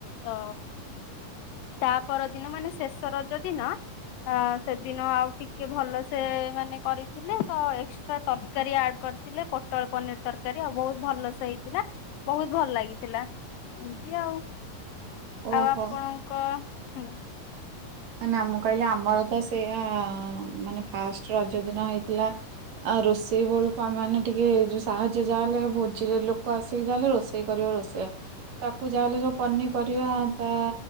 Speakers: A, on the left (about 85°); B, on the right (about 65°).
A: ତ ତା ପର ଦିନ ମାନେ ଶେଷ ରଜ ଦିନ ଆ ସେଦିନ ଆଉ ଟିକେ ଭଲ ସେ ମାନେ କରିଥିଲେ ତ ଏକ୍ସଟ୍ରା ତରକାରୀ ଆଡ କରିଥିଲେ। ପୋଟଳ ପନିର ତରକାରୀ ଆଉ ବହୁତ ଭଲସେ ହେଇଥିଲା ବହୁତ ଭଲ ଲାଗିଥିଲା। ଏମିତି ଆଉ
B: ଓହୋ।
A: ଆଉ ଆପଣଙ୍କ ହୁଁ
B: ନା ମୁଁ କହିଲି ଆମର ତ ସେଇୟା ମାନେ ଫାଷ୍ଟେ ରଜ ଦିନ ହେଇଥିଲା ଆଉ ରୋଷେଇ ବେଳକୁ ଆମ ମାନେ ଟିକେ ଯୋଉ ସାହାଯ୍ୟ ଯାହାଲେ ଭୋଜିରେ ଲୋକ ଆସିକି ଯାହା ହେଲେ ରୋଷେଇ ସେ କରିବ ରୋଷେଇୟା ତା କୁ ଯାହେଲେ ସବୁ ପନିପରିବା ତା